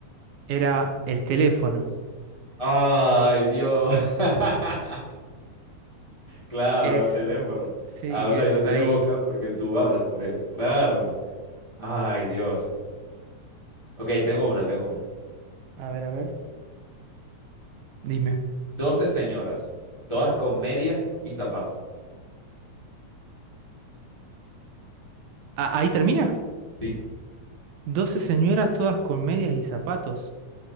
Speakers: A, on the right (about 80°); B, on the left (about 15°).
A: Era el teléfono.
B: Ay, Dios. <laughs> Claro,
A: Es,
B: el teléfono.
A: sí,
B: Habla
A: es
B: y no tiene
A: ahí.
B: boca porque tú hablas por él. Claro. Ay, Dios. Ok, tengo una, tengo una.
A: A ver, a ver. Dime.
B: Doce señoras, todas con medias y zapatos.
A: Ah, ahí termina.
B: Sí,
A: Doce señoras todas con medias y zapatos.